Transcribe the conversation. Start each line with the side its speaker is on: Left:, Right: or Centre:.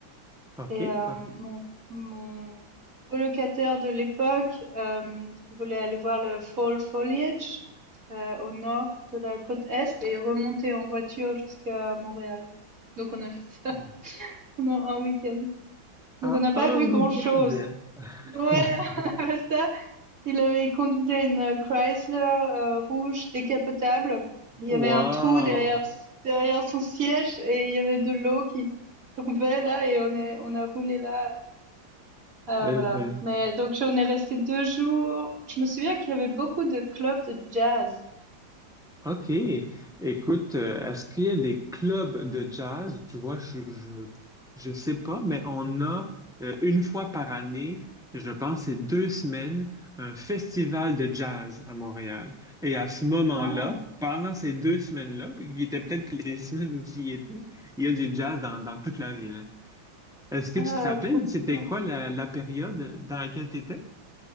Centre: OK.
Right: et euh, mon, mon colocataire de l'époque euh, voulait aller voir le fall foliage euh, au nord de la côte est et remonter en voiture jusqu'à Montréal. Donc on a fait ça
Centre: uh-huh.
Right: <laughs> pendant un week-end.
Centre: À
Right: Donc on n'a pas
Centre: un
Right: vu
Centre: week-end?
Right: grand-chose. Ouais,
Centre: <laughs>
Right: <laughs> ça. Il avait il conduisait une euh, Chrysler, heu, rouge décapotable. Il
Centre: Wow!
Right: y avait un trou derrière derrière son siège et il y avait de l'eau qui tombait là et on est on a roulé là, heu,
Centre: Eh
Right: voilà.
Centre: ben,
Right: Mais donc j'en ai resté 2 jours. Je me souviens qu'il y avait beaucoup de clubs de jazz.
Centre: OK. Écoute, euh, est-ce qu'il y a des clubs de jazz? Tu vois, je, je, je sais pas, mais on a euh, une fois par année, je pense, c'est deux semaines, un festival de jazz à Montréal. Et à ce moment-là,
Right: Ah!
Centre: pendant ces deux semaines-là, puis qui étaient peut-être les <laughs> semaines où tu y étais, il y a du jazz dans, dans toute la ville. Est-ce que
Right: Ah,
Centre: tu te rappelles,
Right: trop
Centre: c'était
Right: bien.
Centre: quoi la, la période dans laquelle tu étais?